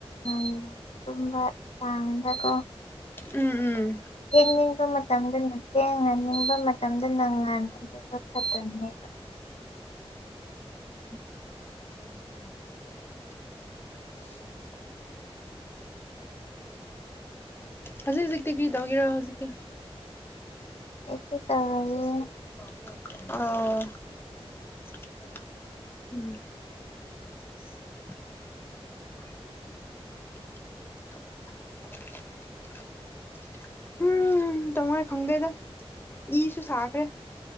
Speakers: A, on the left; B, on the left.
A: ꯉ ꯇꯨꯝꯕ ꯆꯥꯡꯗꯀꯣ
B: ꯎꯝ ꯎꯝ
A: ꯊꯦꯡꯅꯤꯡꯕ ꯃꯇꯝꯗꯅ ꯊꯦꯡꯅꯅꯤꯡꯕ ꯃꯇꯝꯗ ꯅꯪꯉꯥꯟ ꯑꯗꯨꯗ ꯐꯠꯇꯕꯅꯦꯕ
B: ꯍꯉ ꯍꯧꯖꯤꯛ ꯍꯧꯖꯤꯛꯇꯤ ꯀꯔꯤ ꯇꯧꯒꯦꯔꯣ ꯍꯧꯖꯤꯛꯇꯤ
A: ꯑꯩꯁꯨ
B: ꯑ
A: ꯇꯧꯔꯒꯦ
B: ꯎꯝ ꯍ ꯆꯁ <inaudible> ꯎꯝ ꯇꯃꯣꯏ ꯈꯪꯗꯣꯏꯗ ꯏꯁꯨ ꯁꯥꯈ꯭ꯔꯦ